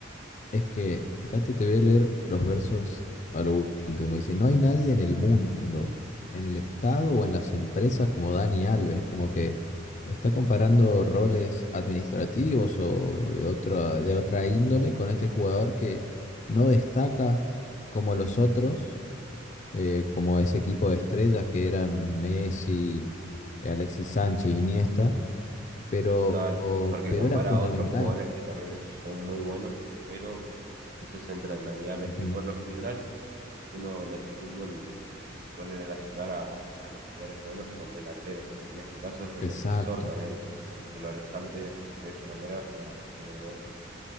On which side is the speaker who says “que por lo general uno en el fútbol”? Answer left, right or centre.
Right